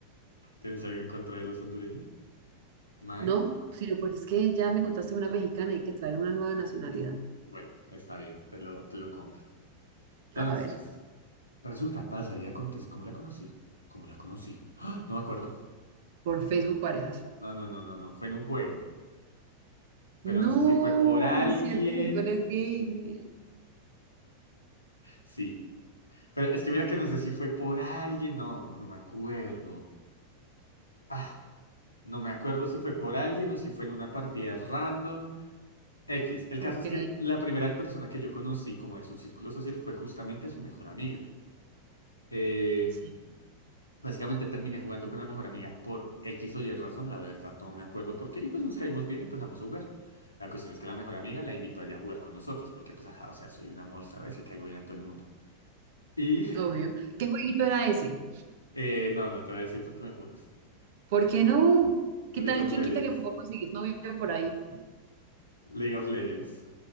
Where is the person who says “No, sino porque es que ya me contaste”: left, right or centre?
Right